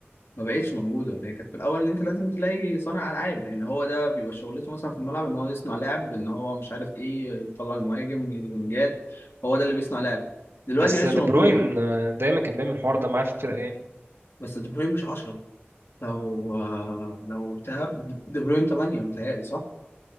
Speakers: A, on the left; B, on the right.
A: ما بقتش موجوده هي كانت في الاول ان انت لازم تلاقي صانع العاب لان هو ده بيبقى شغلته مثلا في الملعب ان هو يصنع لعب ان هو مش عارف ايه يطلع المهاجم الونجات هو ده اللي بيصنع لعب دلوقتي
B: بس
A: مبقتش
B: دي
A: موجوده
B: بروين آه، دايما كان بيعمل الحوار ده معاه في الفرقه يعني
A: بس دي بروين مش 10 لو لو بتاع دي بروين 8 متهيألي صح